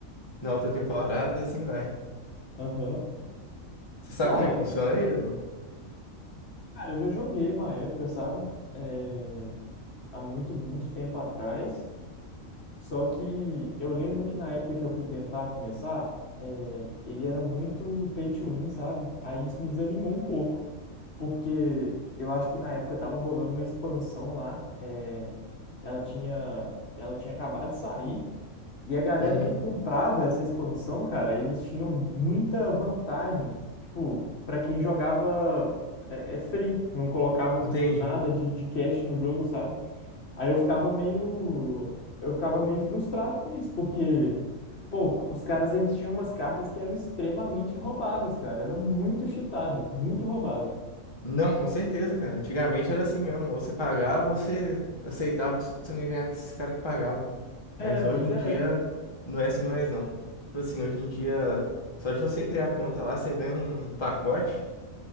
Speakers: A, on the left; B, on the left.
A: na outra temporada, assim vai.
B: Aham.
A: Você sabe
B: Cara,
A: como é que funciona ele? não?
B: Cara, eu já joguei uma época, sabe? É, há muito, muito tempo atrás. Só que eu lembro que na época que eu fui tentar começar, é, ele era muito pay to win, sabe? Aí isso me desanimou um pouco. Porque eu acho que na época tava rolando uma expansão lá. é, Ela tinha, ela tinha acabado de sair. E a galera
A: Uhum,
B: que comprava essa expansão, cara, eles tinham muita vantagem. Tipo, pra quem jogava é, é free, não colocava
A: entendi.
B: nada de, de cash no jogo, sabe? Aí eu ficava meio, eu ficava meio frustrado com isso, porque, pô, os caras eles tinham umas cartas que eram extremamente roubadas, cara. Era muito cheatado, muito roubado.
A: Não, com certeza, cara. Antigamente era assim mesmo. Ou você pagava, ou você aceitava que você não ia ganhar desses caras que pagavam.
B: É,
A: Mas
B: pois
A: hoje em
B: é.
A: dia não é assim mais, não. Tipo assim, hoje em dia, só de você criar conta lá, você ganha um pacote.